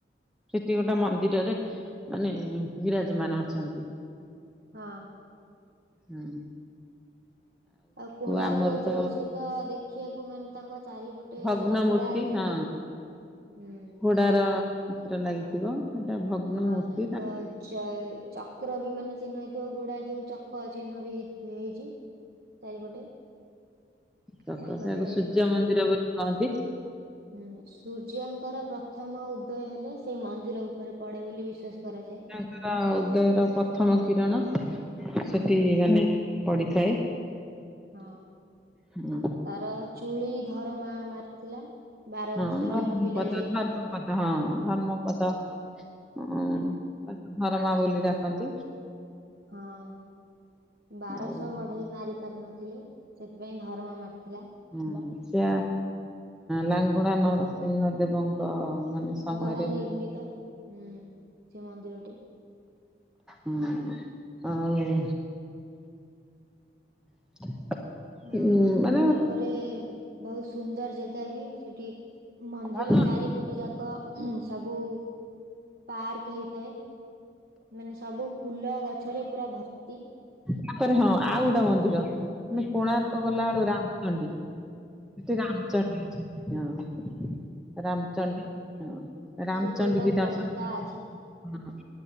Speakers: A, in the centre; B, on the right (about 60°).
A: ସେଠି ଗୋଟେ ମନ୍ଦିରରେ ମାନେ ବିରରାଜ ମାନ ଅଛନ୍ତି।
B: ହଁ।
A: ହଁ
B: ଆଉ କୋଣାର୍କ
A: ଆମର ତ
B: ଯୋଉ ସେ ତ ଦେଖିବାକୁ ମାନେ ତାଙ୍କ ଚାରିପଟେ
A: ଭଗ୍ନ
B: ଘୋଡା
A: ମୂର୍ତ୍ତି
B: ଥିବ
A: ହଁ
B: ହୁଁ
A: ଘୋଡାର ଚିତ୍ର ଲାଗିଥିବ। ସେଟା ଭଗ୍ନ
B: ହଁ
A: ମୂର୍ତ୍ତି
B: ତାଙ୍କ
A: ତା
B: ଚ ଚକ୍ର ବି ମାନେ ଚିହ୍ନ ହେଇଥିବ ଗୁଡା ଯୋଉ ଚ କ ଚିହ୍ନ ବି ହେଇ ହେଇଚି ଚାରିପଟେ।
A: ତକ
B: ତାପରେ
A: ତାକୁ ସୂର୍ଯ୍ୟ ମନ୍ଦିର ବୋଲି କହନ୍ତି।
B: ହୁଁ, ସୂର୍ଯ୍ୟଙ୍କର ପ୍ରଥମ ଉଦୟ ହେଲେ ସେଇ ମନ୍ଦିରକୁ ଉପରେ ପଡେ ବୋଲି ବିଶ୍ଵାସ କରାଯାଏ।
A: <unintelligible> ଉଦୟର ପ୍ରଥମ କିରଣ
B: ହୁଁ
A: ସେଠି ମାନେ ପଡିଥାଏ।
B: ହଁ
A: ହଁ
B: ତାର ଚୁଳି ଧରମା ମାରିଥିଲା। ବାର
A: ହଁ
B: ବର୍ଷର
A: ଧର୍ମପଦ
B: ପିଲା ଯିଏ।
A: ଧର୍ମପଦ ହଁ ଧର୍ମପଦ ଅଁ ତାକୁ ଧରମା ବୋଲି ଡାକନ୍ତି।
B: ହଁ। ବାରଶହ
A: ଆଉ
B: ବଢେଇ ମାରି ପାରି ନଥିଲେ ସେଥିପାଇଁ ଧରମା ମାରିଥିଲା।
A: ହୁ ସେଆ ଲାଙ୍ଗୁଳାନରସିଂହ ଦେବଙ୍କ ମାନେ ସମୟରେ
B: ଦ୍ଵାରା ନିର୍ମିତ ହୁଁ ସେ ମନ୍ଦିରଟି।
A: ହୁଁ। ଆଉ <unintelligible>
B: ଆଉ
A: ମାନେ
B: କୋଣାର୍କରେ ବହୁତ ସୁନ୍ଦର ଜାଗା ବି ସେଠି। ମନ୍ଦିର
A: ଧନ
B: ଚାରିପଟ ଯାକ ସବୁ ପାର୍କ ହେଇଥାଏ। ମାନେ ସବୁ ଫୁଲ ଗଛରେ ପୁରା ଭର୍ତ୍ତି।
A: ତା ପରେ ହଁ ଆଉ ଗୋଟେ ମନ୍ଦିର। ମୁଁ କହିଲି କୋଣାର୍କ
B: ହୁଁ। ହଁ
A: ଗଲା
B: ହଁ
A: ବେଳୁ ରାମଚଣ୍ଡୀ ସେଠି ରାମଚଣ୍ଡୀ ଅଛି। ହଁ ରାମଚଣ୍ଡୀ ହଁ ରାମଚଣ୍ଡୀ
B: ସେଠି ଗୋଟା
A: କି
B: କଣ୍ଟା
A: ଦର୍ଶନ କରିଥିଲୁ।
B: ଅଛି
A: ହଁ